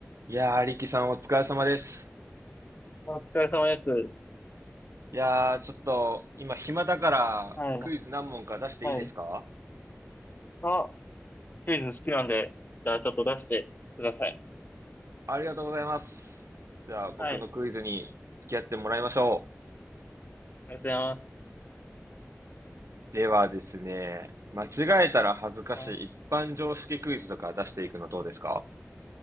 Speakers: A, on the right; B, on the left.
A: いやー、リキさんお疲れ様です。
B: お疲れ様です。
A: いやー、ちょっと今暇だからクイズ何問か出していいですか
B: はい。はい。あ、クイズ好きなんで、じゃあちょっと出してください。
A: ありがとうございます。じゃあ僕のクイズに付き合ってもらいましょ
B: はい。ありがとうございます。
A: う。ではですね、間違えたら恥ずかしい一般常識クイズとか出していくのどうですか
B: あ